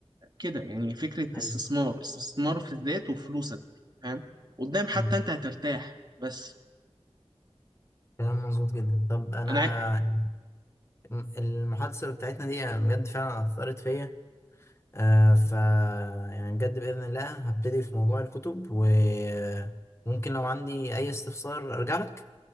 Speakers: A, on the right; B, on the left.
A: كده يعني فكرة
B: ايوه
A: استثمار استثمار في الذات وفلوسك فاهم قدام حتى
B: مم.
A: انت هترتاح بس
B: كلام مظبوط جدا طب انا
A: انا عاي...
B: المحادثة بتاعتنا دي بجد فعلا اثرت فيا آه ف يعني بجد بإذن الله هبتدي في موضوع الكتب وممكن لو عندي أي استفسار أرجع لك